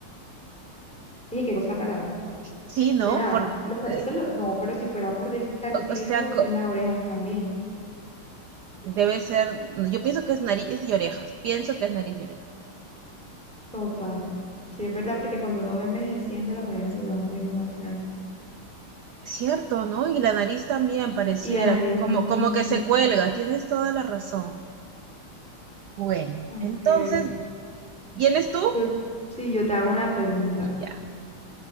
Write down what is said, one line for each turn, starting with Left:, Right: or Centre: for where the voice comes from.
Centre: Fíjate qué cosa rara.
Right: Sí, ¿no?
Centre: ¿Será?
Right: Por,
Centre: Los cartílagos.
Right: eh,
Centre: No, pero si fuera por el cartílago,
Right: o, o sea, co-
Centre: pues las orejas también.
Right: debe ser, yo pienso que es nariz y orejas, pienso que es nariz y orejas.
Centre: Total. Sí, es verdad, porque cuando uno va envejeciendo, las orejas se le van poniendo más grandes.
Right: Cierto, ¿no? Y la nariz también pareciera
Centre: Y la nariz
Right: como,
Centre: también,
Right: como que
Centre: sí.
Right: se cuelga, tienes toda la razón. Bueno,
Centre: A
Right: entonces,
Centre: ver,
Right: ¿vienes tú?
Centre: Yo, sí, yo te hago una pregunta.
Right: Y ya.